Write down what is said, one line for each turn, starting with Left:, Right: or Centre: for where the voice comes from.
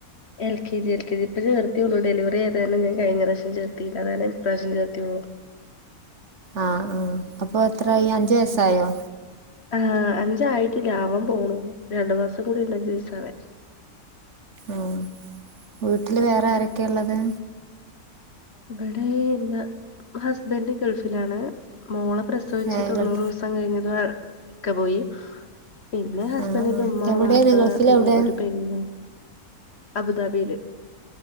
Left: എൽ കെ ജി എൽകെജി ഇപ്പ ചേർത്ത്യൊള്ളൂ ഡെലിവറി ആയതാര്ണം ഞാൻ കഴിഞ്ഞ പ്രാവ്ശ്യം ചേർത്തീല്ലാ അതായത് ഇപ്രാവ്ശ്യം ചേർത്ത്യൊള്ളൂ
Right: ആഹ് ആഹ് അപ്പൊ എത്രായി അഞ്ച് വയസായോ
Left: ആഹ് അഞ്ചായിട്ടില്ല ആവാൻ പോണു രണ്ട് മാസം കൂടിണ്ട് അഞ്ച് വയസ്സാവാൻ
Right: ആഹ് വീട്ടിൽ വേറാരക്കെള്ളത്
Left: ബടെ ന്നാ ഹസ്ബൻഡ് ഗൾഫിലാണ് മോളെ പ്രസ സവിച്ച്
Right: നമ്മള്
Left: തൊണ്ണൂറോവസം കഴിഞ്ഞത് ഇക്ക പോയി പിന്നെ ഹസ്ബൻ്റിന്റെ
Right: പോയി ആഹ് ആഹ്
Left: ഉമ്മ
Right: എവിടെയാണ്
Left: വാപ്പ
Right: ഗൾഫില്
Left: പിന്നെ
Right: എവിടെയാ
Left: ഒരു പെണ്ണ് അബുദാബീൽ